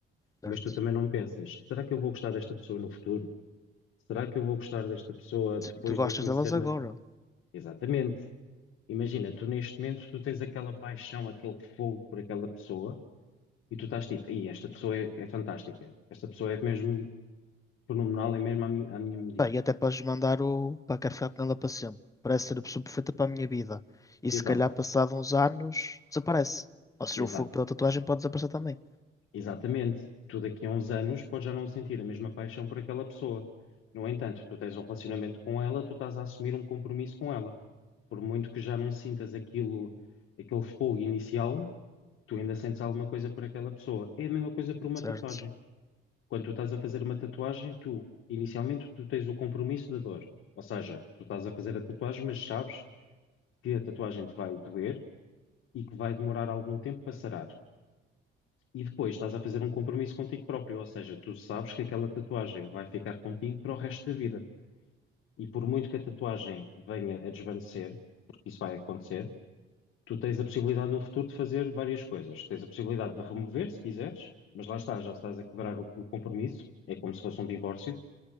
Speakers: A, on the left; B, on the left.
A: Certo.
B: mas tu também não pensas, será que eu vou gostar desta pessoa no futuro? Será que eu vou gostar desta pessoa depois
A: Sim, tu
B: de
A: gostas
B: a conhecer
A: delas
B: na...
A: agora.
B: Exatamente. Imagina, tu neste momento, tu tens aquela paixão, aquele fogo por aquela pessoa, E tu estás tipo, "Ei, esta pessoa é, é fantástica, esta pessoa é mesmo fenomenal, é mesmo à, mi- à minha medida.
A: Pá, e até podes mandar o. Pá, quero ficar com ela para sempre. Parece ser a pessoa perfeita para a minha vida. E
B: Exato,
A: se calhar, passado uns anos, desaparece. Ou seja,
B: exato,
A: o fogo pela tatuagem pode desaparecer também.
B: exatamente. Tu daqui a uns anos podes já não sentir a mesma paixão por aquela pessoa. No entanto, tu tens um relacionamento com ela, tu estás a assumir um compromisso com ela. Por muito que já não sintas aquilo, aquele fogo inicial, tu ainda sentes alguma coisa por aquela pessoa. É a mesma coisa por uma
A: Certo?
B: tatuagem. Quando tu estás a fazer uma tatuagem, tu, inicialmente, tu tens o compromisso da dor. Ou seja, tu estás a fazer a tatuagem, mas sabes que a tatuagem te vai doer e que vai demorar algum tempo para sarar. E depois estás a fazer um compromisso contigo próprio, ou seja, tu sabes que aquela tatuagem vai ficar contigo para o resto da vida. E por muito que a tatuagem venha a desvanecer, porque isso vai acontecer, tu tens a possibilidade no futuro de fazer várias coisas. Tens a possibilidade de remover, se quiseres, mas lá está, já estás a quebrar o, o compromisso, é como se fosse um divórcio.